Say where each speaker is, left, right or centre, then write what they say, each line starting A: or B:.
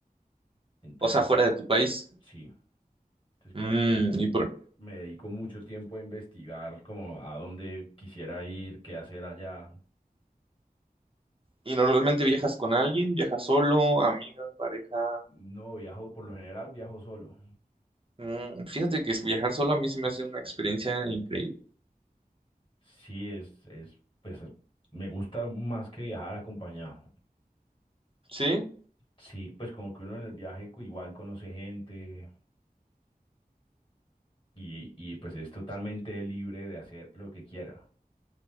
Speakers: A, on the left (about 30°); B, on the right (about 35°).
A: Entonces,
B: O sea, fuera de tu país.
A: sí. Entonces,
B: Mm,
A: como que
B: y por...
A: me dedico mucho tiempo a investigar como a dónde quisiera ir, qué hacer allá.
B: ¿Y normalmente viajas con alguien? ¿Viajas solo, amiga, pareja?
A: No viajo, por lo general viajo solo.
B: Mm, fíjate que es- viajar solo a mí se me hace una experiencia increíble.
A: Sí, es, es, pues me gusta más que viajar acompañado.
B: ¿Sí?
A: Sí, pues como que uno en el viaje co- igual conoce gente y, y pues es totalmente libre de hacer lo que quiera.